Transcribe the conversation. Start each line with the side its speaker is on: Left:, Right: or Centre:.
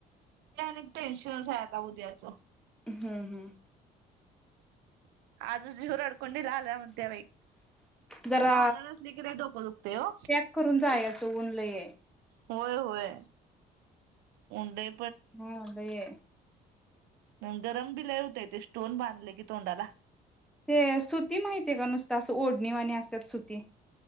Right: ते अनेक टेन्शनच आहे आता उद्या <inaudible>
Centre: हम्म हम्म
Right: आजच जीव रडकुंडीला आला म्हणत्या बाई,
Centre: जरा
Right: वाहन नसली की लय डोक दुखतंय ओ.
Centre: पॅक करून जायचं ऊन लई आहे.
Right: होय होय! मुंडे
Centre: हा लई हाय!
Right: हम्म गरम बी लई होतय ते, स्टोन बांधल की तोंडाला.
Centre: ते सुती माहिती ये का नुसतं, अस ओढणी वाणी असत सुती.